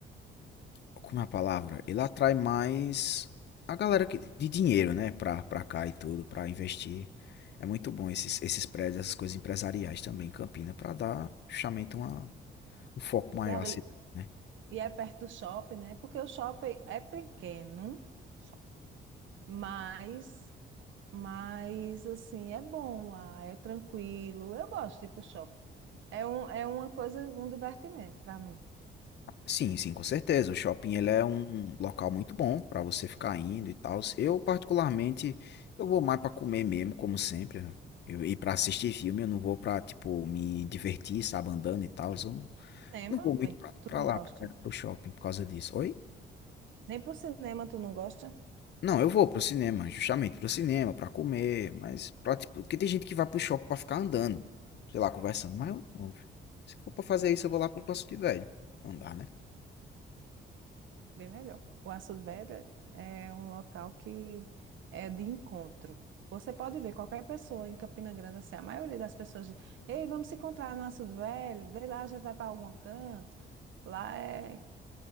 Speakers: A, on the left; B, on the right.
A: como é a palavra? Ele atrai mais a galera que, de dinheiro, né? Pra, pra cá e tudo, pra investir. É muito bom esses, esses prédios, essas coisas empresariais também em Campina, pra dar justamente uma, um foco maior
B: E ali,
A: à cidade, né?
B: e é perto do shopping, né? Porque o shopping é pequeno, só- mas, mas assim, é bom lá, é tranquilo. Eu gosto de ir pro shopping. É um, é uma coisa, um divertimento para mim.
A: Sim, sim, com certeza. O shopping ele é um local muito bom pra você ficar indo e tal. Eu, particularmente, eu vou mais pra comer mesmo, como sempre. Eu, e pra assistir filme, eu não vou pra, tipo, me divertir, sabe, andando e tal. Eu não,
B: Cinema,
A: não vou
B: homem,
A: muito pra,
B: tu
A: pra
B: não
A: lá,
B: gosta?
A: pra, pro shopping, por causa disso. Oi?
B: Nem por cinema tu não gosta?
A: Não, eu vou pro cinema, justamente pro cinema, pra comer, mas pra, tipo, porque tem gente que vai pro shopping pra ficar andando, sei lá, conversando, mas eu não. filho. Se for pra fazer isso, eu vou lá pro Passo de Velho. Não dá, né?
B: Bem melhor. O Aço Velho é um local que é de encontro. Você pode ver qualquer pessoa em Campina Grande, assim, a maioria das pessoas diz, ei, vamos se encontrar no Açude Velho, daí lá a gente vai para algum canto. Lá é,